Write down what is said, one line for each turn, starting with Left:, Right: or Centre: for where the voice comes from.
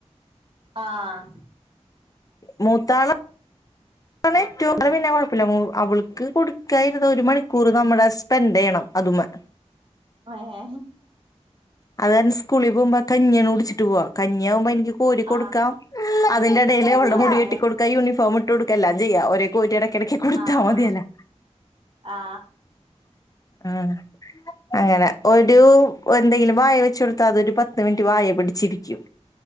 Right: ആഹ്
Left: മൂത്താആള ഏറ്റവും അത് പിന്നെ കുഴപ്പില്ല അവൾക്ക് കൊടുക്കാനിരുന്നാൽ ഒരു മണിക്കൂർ നമ്മുടെ സ്പെൻഡ് ചെയ്യണം അതുമ്മെ
Right: ഹേ ഹേ
Left: അത് കാരണം സ്കൂളിൽ പോകുമ്പോ കഞ്ഞീആണ് കുടിച്ചിട്ട് പോവാ കഞ്ഞിയാകുമ്പ എനിക്ക് കോരി കൊടുക്കാം
Right: ആ
Left: അതിന്റെ ഇടയിൽ അവൾടെ
Right: ആ
Left: മുടി കെട്ടി
Right: എളുപ്പം
Left: കൊടുക്കാ യൂണിഫോം ഇട്ട് കൊടുക്ക എല്ലാം ചെയ്യാം ഒരെ കോര്നടെ ഇടക്കിടക്ക് കൊടുത്ത
Right: ആ
Left: മതിയല്ലോ
Right: ആ ആ
Left: ആഹ് അങ്ങനെ ഒരു എന്തെങ്കിലും വായ വെച്ച് കൊടുത്താ അത് ഒരു പത്ത് മിനിറ്റ് വായെ പിടിച്ചിരിക്കും